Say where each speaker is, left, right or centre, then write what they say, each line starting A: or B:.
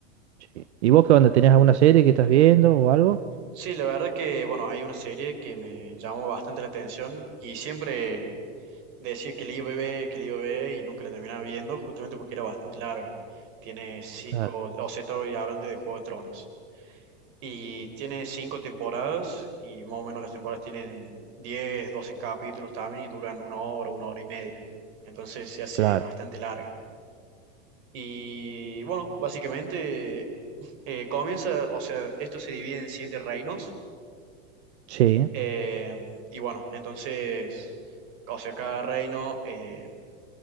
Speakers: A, on the right; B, on the right.
A: Sí. ¿Y vos qué onda? ¿Tenés alguna serie que estás viendo o algo?
B: Sí, la verdad que, bueno, hay una serie que me llamó bastante la atención y siempre decía que la iba a ver, que la iba a ver y nunca la terminaba viendo, justamente porque era bastante larga. Tiene cinco,
A: Claro,
B: o sea, estoy hablando de Juego de Tronos. Y tiene cinco temporadas y más o menos las temporadas tienen diez doce capítulos también y duran una hora, una hora y media. Entonces se hace
A: claro,
B: bastante larga. Y bueno, básicamente eh, comienza, o sea, esto se divide en siete reinos.
A: sí,
B: eh, y bueno, entonces, o sea, cada reino eh,